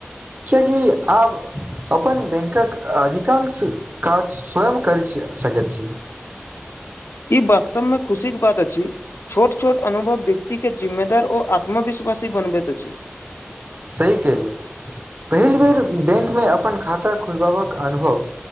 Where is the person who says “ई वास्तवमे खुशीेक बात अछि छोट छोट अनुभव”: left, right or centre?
Left